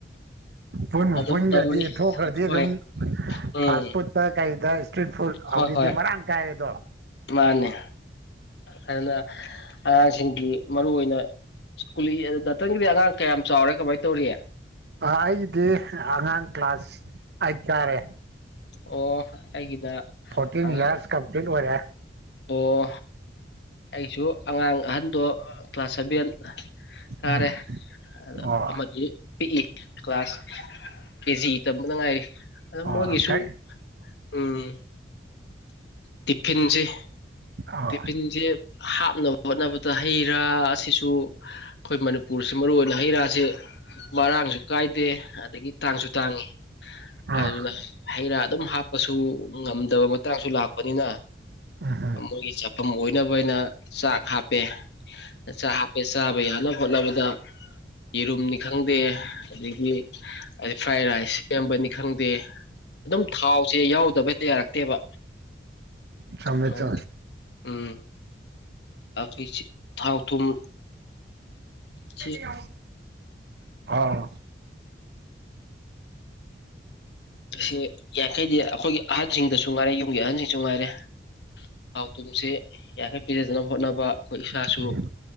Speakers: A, on the right (about 65°); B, on the left (about 70°).
A: ꯄꯨꯟꯕꯨ
B: ꯑꯗꯨꯝ
A: ꯄꯨꯟꯈ꯭ꯔꯗꯤ
B: ꯇꯧꯔꯤ
A: ꯊꯣꯛꯈ꯭ꯔꯗꯤ
B: ꯍꯣꯏ
A: ꯑꯗꯨꯝ
B: ꯎꯝ
A: ꯐꯥꯁ ꯐꯨꯗꯠꯇ ꯀꯩꯗ ꯏꯁꯇ꯭ꯔꯤꯠ ꯐꯨꯗ ꯍꯧꯖꯤꯛꯇꯤ
B: ꯍꯣꯏ ꯍꯣꯏ
A: ꯃꯔꯥꯡ ꯀꯥꯏꯌꯦ ꯑꯗꯣ
B: ꯃꯥꯅꯦ ꯑꯗꯨꯅ ꯑꯉꯥꯡꯁꯤꯡꯒꯤ ꯃꯔꯨ ꯑꯣꯏꯅ ꯁꯀꯨ ꯗꯥꯛꯇꯔꯒꯤꯗꯤ ꯑꯉꯥꯡ ꯀꯌꯥꯝ ꯆꯥꯎꯔꯦ ꯀꯃꯥꯏꯅ ꯇꯧꯔꯤꯦ
A: ꯑꯩꯗꯤ ꯑꯉꯥꯡ ꯀ꯭ꯂ ꯀ꯭ꯂꯥꯁ ꯑ ꯇꯔꯦ
B: ꯑꯣ ꯑꯩꯒꯤꯅ
A: ꯐꯣꯔꯇꯤꯟ
B: ꯑꯉꯥꯡ
A: ꯏꯌꯥꯔꯁ ꯀꯝꯄ꯭ꯂꯤꯠ ꯑꯣꯏꯔꯦ
B: ꯑꯣ ꯑꯩꯁꯨ ꯑꯉꯥꯡ ꯑꯍꯟꯗꯣ ꯀ꯭ꯂꯥꯁ ꯁꯚꯦꯟ ꯀꯥꯔꯦ
A: ꯎꯝ
B: ꯑꯗ
A: ꯑꯣ
B: ꯑꯃꯗꯤ ꯄꯤꯛꯏ ꯀ꯭ꯂꯥꯁ ꯀꯦꯖꯤ ꯇꯝꯕꯅ ꯉꯥꯏꯔꯤ ꯑ
A: ꯑꯣ
B: ꯃꯣꯏꯒꯤꯁꯨ
A: ꯀꯩ
B: ꯎꯝ ꯇꯤꯐꯤꯟꯁꯤ
A: ꯑꯣ
B: ꯇꯤꯐꯤꯟꯁꯦ ꯍꯥꯞꯅꯕ ꯍꯣꯠꯅꯕꯗ ꯍꯩ ꯔꯥ ꯑꯁꯤꯁꯨ ꯑꯩꯈꯣꯏ ꯃꯅꯤꯄꯨꯔꯁꯤꯦ ꯃꯔꯨꯑꯣꯏ ꯑꯣꯏꯅ ꯍꯩ ꯔꯥꯁꯦ ꯃꯔꯥꯡꯁꯨ ꯀꯥꯏꯗꯦ ꯑꯗꯒꯤ ꯇꯥꯡꯁꯨ ꯇꯥꯡꯉꯤ ꯑꯗꯨꯅ
A: ꯎꯝ
B: ꯍꯩ ꯔꯥ ꯑꯗꯨꯝ ꯍꯥꯞꯄꯁꯨ ꯉꯝꯗꯕ ꯃꯇꯥꯡꯁꯨ ꯂꯥꯛꯄꯅꯤꯅ
A: ꯑꯣ ꯍ
B: ꯑꯩꯣꯏꯒꯤ ꯆꯥꯐꯝ ꯑꯣꯏꯅꯕꯅ ꯆꯥꯛ ꯍꯥꯞꯄꯦ ꯆꯥꯛ ꯍꯥꯞꯄꯦ ꯆꯥꯕ ꯌꯥꯅꯕ ꯍꯣꯠꯂꯕꯗ ꯌꯦꯔꯨꯝꯅꯤ ꯈꯪꯗꯦ ꯑꯗꯒꯤ ꯐ꯭ꯔꯥꯏ ꯔꯥꯏꯁ ꯁꯦꯝꯕꯅꯤ ꯈꯪꯗꯦ ꯑꯗꯨꯝ ꯊꯥꯎꯁꯦ ꯌꯥꯎꯗꯕꯇ ꯌꯥꯔꯛꯇꯦꯕ
A: ꯆꯃꯦ
B: ꯑꯗꯨꯅ
A: ꯆꯃꯦ
B: ꯎꯝ ꯑꯩꯈꯣꯏ ꯊꯥꯎ ꯊꯨꯝ ꯁꯤ
A: ꯌꯥ ꯑ
B: ꯑꯁꯤ ꯌꯥꯡꯔꯤꯈꯩꯗꯤ ꯑꯩꯈꯣꯏꯒꯤ ꯑꯍꯟꯁꯤꯡꯗꯁꯨ ꯉꯥꯏꯔꯦ ꯌꯨꯝꯒꯤ ꯑꯍꯟꯁꯤꯡꯁꯨ ꯉꯥꯏꯔꯦ ꯊꯥꯎ ꯇꯨꯝꯁꯤ ꯌꯥꯈ ꯄꯤꯖꯗꯅꯕ ꯍꯣꯠꯅꯕ ꯑꯩꯈꯣꯏ ꯏꯁꯥꯁꯨ
A: ꯎꯝ